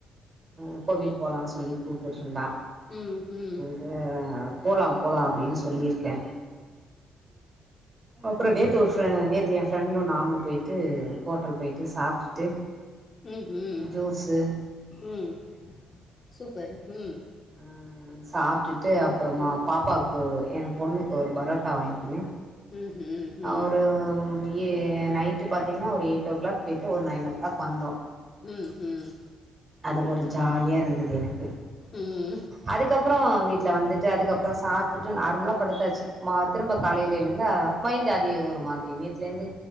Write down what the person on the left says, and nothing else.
ம் ம்
ம்ஹும்
ம் சூப்பர் ம்
ம்
ம் ம் ம் ம் ம்
ம் ம் ம் ம்
ம்